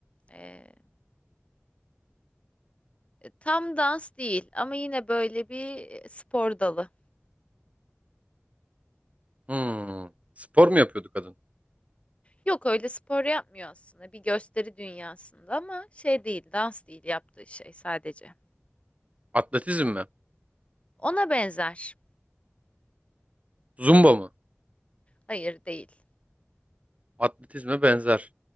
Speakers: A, on the left; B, on the right.
A: e, tam dans değil ama yine böyle bir spor dalı.
B: Hmm. Spor mu yapıyordu kadın?
A: Yok öyle spor yapmıyor aslında. Bir gösteri dünyasında ama şey değil, dans değil yaptığı şey sadece.
B: Atletizm mi?
A: Ona benzer.
B: Zumba mı?
A: Hayır değil.
B: Atletizme benzer.